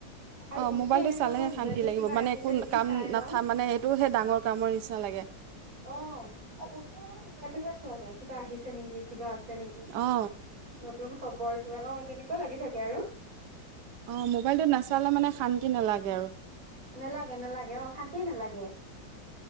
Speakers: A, on the right (about 45°); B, on the right (about 65°).
A: আৰু
B: অ
A: উঠি
B: মোবাইলটো
A: এনেকুৱা
B: চালেহে
A: হয় মোবাইলটোত
B: শান্তি লাগিব
A: কিবা
B: মানে
A: আহিছে
B: একো
A: নেকি
B: কাম
A: চাই
B: নাথা
A: লওঁ।
B: মানে এইটোহে ডাঙৰ কামৰ নিচিনা লাগে।
A: অহ উঠাই মানে মোবাইলটোহে চোৱা যায় কিবা আহিছে নেকি, কিবা আছে নেকি,
B: অ
A: নতুন খবৰ কিবা অ তেনেকুৱা লাগি থাকে আৰু।
B: অ মোবাইলটো নাচালে মানে শান্তি নালাগে আৰু।
A: নেলাগে নেলাগে অ শান্তিয়ে নেলাগে।